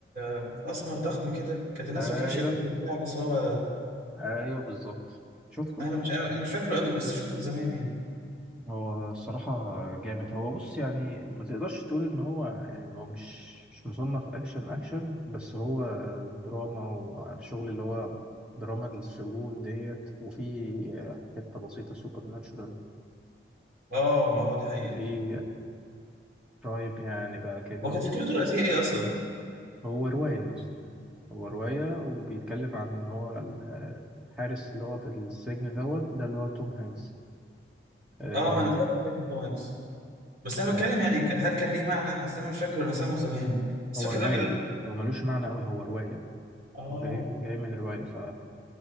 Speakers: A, on the right; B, in the centre.
A: آه، اسمر ضخم كده كانت الناس
B: ايوه
A: فاكراه شرير وبتاع بس هو
B: ايوه بالظبط شفته
A: انا مش انا أنا مش فاكره قوي بس شفته من زمان يعني
B: هو الصراحة جامد هو بص يعني ما تقدرش تقول ان هو يعني هو مش مش مصنف اكشن اكشن بس هو دراما وعارف شغل اللي هو دراما السجون ديت وفي حتة بسيطة سوبر ناتشورال
A: اه اه دي حقيقة
B: في كرايم يعني بقى كده
A: هو كانت فكرته الرئيسية ايه اصلا
B: وهو رواية يا اسطى هو رواية وبيتكلم عن ان هو الحارس اللي هو في السجن دوت ده اللي هو توم هانكس آه،
A: اه انا فاكر فاكر توم هانكس بس انا
B: آه،
A: بتكلم يعني ك- هل كان ليه معنى اصل انا مش فاكره انا سامه زمان بس
B: هو
A: فاكر
B: رواية
A: الراجل
B: هو ملوش معنى أوي هو رواية
A: اه
B: هو جاي جاي من رواية ف